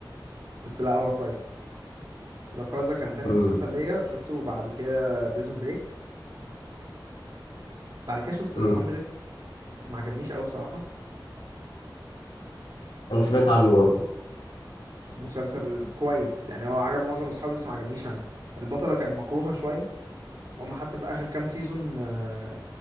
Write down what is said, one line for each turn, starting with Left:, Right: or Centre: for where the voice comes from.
Right: بس لا هو كويس لا كازا كان تاني
Left: امم
Right: مسلسل ليا شفته بعد كده بريزون بريك بعد كده شفت
Left: امم
Right: ذا 100 بس ما عجبنيش قوي بصراحة
Left: أنا سمعت عنه برضه
Right: مسلسل كويس يعني هو عجب معظم اصحابي بس ما عجبنيش انا البطلة كانت مكروهة شوية هم حتى في اخر كام سيزون آه،